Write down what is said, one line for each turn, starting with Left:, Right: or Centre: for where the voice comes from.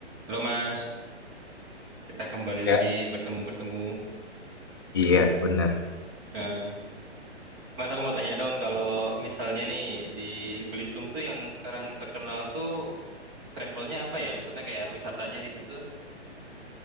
Right: Halo Mas, kita kembali
Left: Ya,
Right: lagi bertemu-bertemu.
Left: Iya, benar.
Right: Eh, Mas, aku mau tanya dong, kalau misalnya nih di Belitung tuh yang sekarang terkenal tuh travelnya apa ya? Maksudnya kayak wisatanya di situ?